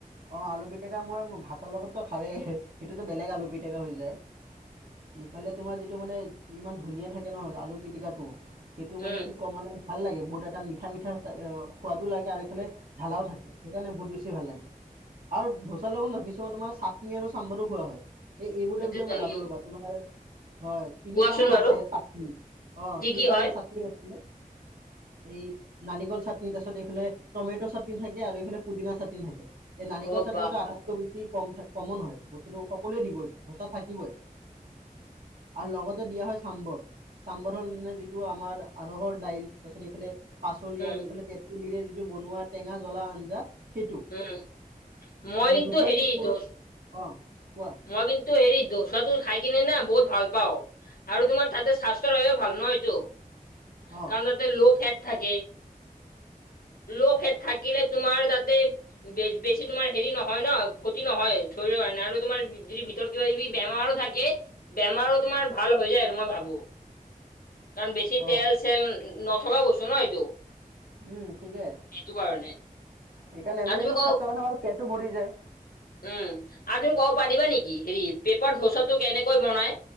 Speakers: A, on the right; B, on the left.
A: অ, আলু পিটিকা মই ভাতৰ লগততো খাওঁৱেই সেইটোতো বেলেগ আলু পিটিকা হৈ যায়। ইফালে তোমাৰ যিটো মানে ইমান ধুনীয়া থাকে নহয় আলুৰ পিটিকাটো সেইটো মানে
B: উম
A: কি কম মানে ভাল লাগে বহুত এটা মিঠা মিঠা সোৱাদো লাগে আৰু এইফালে জলাও থাকে সেইকাৰণে বহুত বেছি ভাল লাগে। আৰু ধোচা লগত নহয় কিছুমান তমাৰ চাটনি আৰু চামবাৰো খোৱা হয়। এই এইবোৰৰ
B: সেইটো
A: বিষয়ে
B: ত-
A: মই জানো
B: উম,
A: ৰ'বা তুমাৰ হয় তিনিটা
B: কোৱাচোন
A: মান
B: বাৰু
A: আছে অ,
B: কি
A: তিনিটা
B: কি হয়
A: মান চাটনি আছে। এই নাৰিকল চাটনিৰ তাৰছত এইফালে টমেট' চাটনি চাটিন থাকে আৰু এইফালে পুদিনা চাটিন থাকে, এই নাৰিকল
B: অ
A: চাটিনটো
B: বাহ বাহ।
A: আটাইতকৈ ব কম কমন হয় বস্তুটো সকলোৱে দিব এই ধোচা থাকিবই। আৰু লগতে দিয়া হয় চাম্বৰ। চাম্বাৰ হল মানে যিটো আমাৰ আ ৰহৰ দাইল তাৰপিছত এইফালে পাচলি
B: উম
A: আৰু এইফালে তেতেলীৰে যিটো বনোৱা টেঙা জ্বলা আঞ্জা সেইটো
B: উম মই
A: আৰু
B: কিন্তু
A: ধোচাৰ
B: হেৰি
A: তপুৰ
B: দচ
A: অ' কোৱা
B: মই কিন্তু হেৰি দোচাটো খাই কিনে নাম বহুত ভাল পাওঁ, আৰু তোমাৰ তাতে স্বাস্থ্যৰ বাবেও ভাল নহয় এইটো।
A: অ
B: কাৰণ তাতে ল'ফেট থাকে ল'ফেট থাকিলে তোমাৰ তাতে বেছি তোমাৰ হেৰি নহয় ন ক্ষতি নহয় শৰীৰৰ কাৰণে আৰু তোমাৰ যদি ভিতৰত কিবা কিবি বেমাৰো থাকে বেমাৰো তোমাৰ ভাল হৈ যায় আৰু মই ভাবো। কাৰণ বেছি
A: অ
B: তেল চেল নথকা বস্তু ন এইটো।
A: উম ঠিকে
B: সেইটো কাৰণে
A: সেইকাৰণে
B: আৰু
A: মানে
B: তুমি
A: এইটো
B: কও
A: স্বাস্থ্যৰ কাৰণে ভাল পেটটো ভৰি যায়।
B: উম আৰু তুমি ক'ব পাৰিবা নেকি হেৰি পেপাৰ ধোচাটো কেনেকৈ বনাই